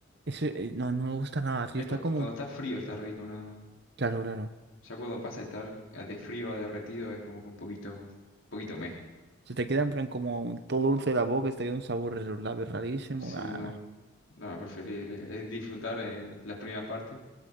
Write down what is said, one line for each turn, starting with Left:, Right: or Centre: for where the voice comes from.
Right: Ese, eh, no, no me gusta nada, tío.
Left: Eh,
Right: Está
Left: cu-
Right: como.
Left: cuando está frío está rico nada más.
Right: Claro, claro.
Left: Ya cuando pasa de estar a- de frío a derretido es como que un poquito, un poquito meh.
Right: Se te queda en plan como todo dulce de la boca, se te queda un sabor en los labios rarísimo.
Left: Sí,
Right: Nah,
Left: no,
Right: nah,
Left: no, preferible. Es disfrutar eh, las primeras partes